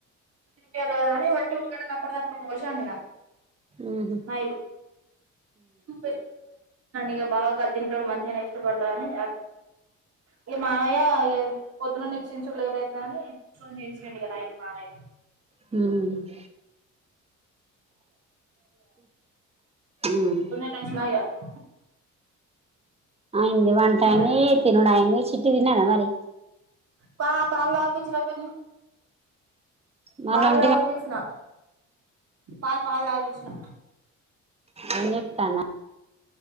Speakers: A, on the right; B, on the right.
A: తినిపియాలి కదా అని వట్టి ఊర్లగడలు ఎపుడూపుడు మోశ మిల
B: ఉహు
A: మైలు అు ఇక బాగా కద్దింటోడు <unintelligible> మంచిగా ఇష్టపడతారుని ఇక మావయ్య పొద్దున్న నిక్షించలేదుదు అని ఫోన్ చేసిండు ఇగ నైట్ మావయ్య
B: హ్మ్ ఉమ్
A: ఎన్నారన్న టైస్ <inaudible>
B: అయింది వంట
A: తినలేదు
B: అయింది తినుడు అయింది చిట్టిదిన్నద మరి
A: పా పాలు తపించిన పిన్ని
B: మళ్ళ
A: పాల్
B: ఒంటి
A: తపించిన
B: గంట
A: పాల్ పాల్ తపించిన
B: ఎం చేస్తన్నావ్